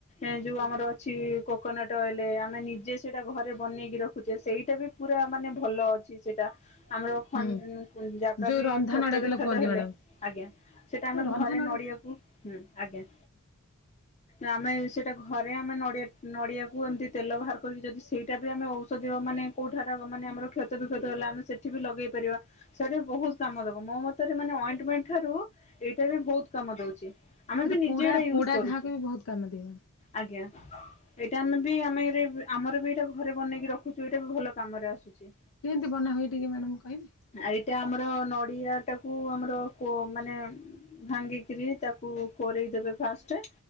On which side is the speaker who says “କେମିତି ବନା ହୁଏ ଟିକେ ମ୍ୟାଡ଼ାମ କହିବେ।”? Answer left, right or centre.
Left